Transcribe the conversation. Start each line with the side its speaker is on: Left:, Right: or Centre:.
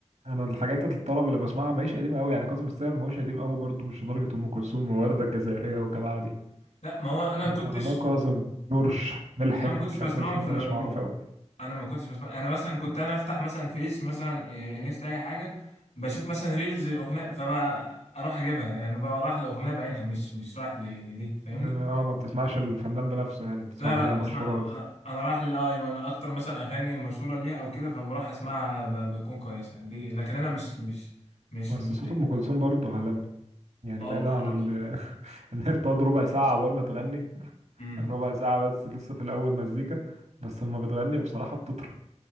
Right: انا الحاجات الطرب اللي بسمعها ماهيش قديمة قوي يعني كاظم الساهر ما هوش قديم قوي برضه مش لدرجة ام كلثوم ووردة الجزائرية والجماعة دي
Left: لا ما هو انا
Right: بسمع
Left: ما كنتش
Right: لا كاظم جورج ملحم
Left: انا ما كنتش
Right: مش
Left: بسمعهم
Right: عارف ملحم
Left: في
Right: ده
Left: العموم
Right: مش معروف قوي
Left: انا ما كنتش بسمع انا مثلا كنت انا افتح مثلا فيس مثلا إيه، انستا اي حاجة بشوف مثلا ريلز اغنية فبقى اروح اجيبها يعني بقى رايح لاغنية بعينها مش مش رايح ل- لدي فاهمني
Right: انما اه ما بتسمعش الفنان بنفسه يعني بتسمع
Left: لا
Right: اغنية
Left: لا لا
Right: مشهورة
Left: بسمع
Right: بس
Left: انا رايح للاي وانا اكتر مثلا اغاني مشهوره ليها او كده فبروح اسمعها ب- بتكون كويسه دي لكن انا مش مش مش
Right: بس
Left: يعني
Right: صوت ام كلثوم برضه عالمي يعني
Left: اه
Right: بعيدا
Left: بصراحه
Right: عن ال إن هي بتقعد ربع ساعة عقبال ما تغني
Left: امم
Right: ربع ساعة بس لسه في الأول مزيكا بس لما بتغني بصراحة بتطرب